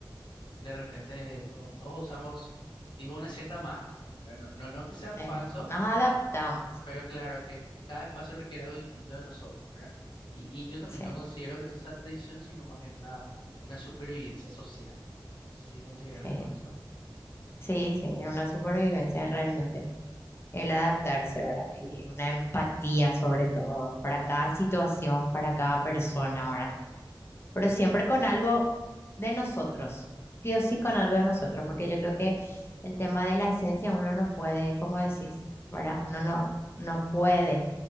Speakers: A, on the left; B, on the left.
A: de repente to- todos usamos tipo una cierta máscara, ¿verdad? No, no, no que sea falso
B: sí. Nos adaptamos, sí,
A: Pero claro, que, que cada espacio requiere algo distinto de nosotros, ¿verdad? Y, y yo también
B: sí,
A: no considero que eso sea tradición, sino más bien una, una supervivencia social. No sé si consideras
B: sí.
A: igual eso.
B: Sí, sí, es una supervivencia realmente. el adaptarse, ¿verdad? Y una empatía sobre todo para cada situación, para cada persona, ¿verdad? Pero siempre con algo de nosotros, sí o sí con algo de nosotros, porque yo creo que el tema de la esencia uno no puede, como decís, ¿verdad? Uno no, no puede